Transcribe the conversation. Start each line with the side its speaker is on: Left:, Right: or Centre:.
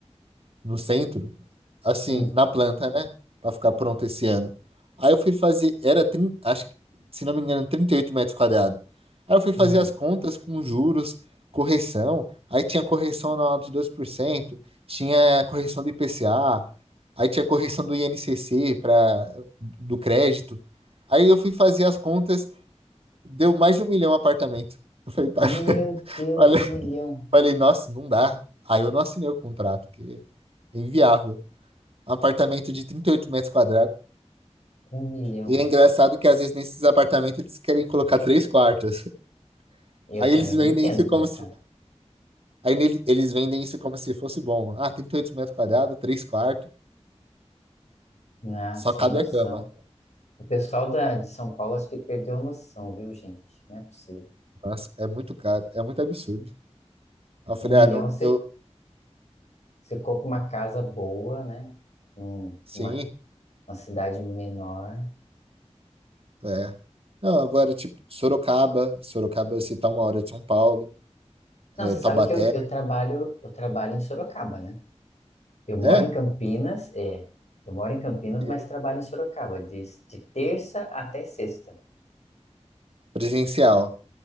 Right: no centro, assim,
Left: Hum.
Right: na planta, né? Pra ficar pronto esse ano. Aí eu fui fazer, era, trin- acho que, se não me engano, 38 metros quadrados. Aí eu fui fazer
Left: Ai.
Right: as contas com juros, correção. Aí tinha correção anual de 2%, tinha correção do IPCA, aí tinha correção do INCC para do crédito. Aí eu fui fazer as contas, deu mais de um milhão apartamento. Eu falei, tá,
Left: Meu
Right: <laughs>
Left: Deus,
Right: falei,
Left: um milhão.
Right: falei, nossa, não dá. Aí eu não assinei o contrato, porque é inviável apartamento de 38 metros quadrados.
Left: Um milhão.
Right: E é engraçado que às vezes nesses apartamentos eles querem colocar três quartos. <laughs>
Left: Eu
Right: Aí
Left: também
Right: eles vendem
Left: não entendo
Right: isso
Left: como
Right: como
Left: é, cara.
Right: se, aí nele- eles vendem isso como se fosse bom. Ah, 38 metros quadrados, três quartos,
Left: Ah,
Right: só
Left: sem
Right: cabe
Left: noção.
Right: a cama.
Left: O pessoal da, de São Paulo acho que perdeu a noção, viu, gente? Não é possível.
Right: Nossa, é muito caro, é muito absurdo. Aí eu falei,
Left: Um milhão
Right: ah, não,
Left: você,
Right: eu,
Left: você compra uma casa boa, né? Um-
Right: sim,
Left: uma, uma cidade menor.
Right: é. Não, agora, tipo, Sorocaba, Sorocaba, se tá uma hora de São Paulo,
Left: Não,
Right: é,
Left: você
Right: Taubaté,
Left: sabe que eu, eu trabalho, eu trabalho em Sorocaba, né? Eu moro
Right: é,
Left: em Campinas, é. Eu moro em Campinas,
Right: legal.
Left: mas trabalho em Sorocaba, de, de terça até sexta,
Right: Presencial.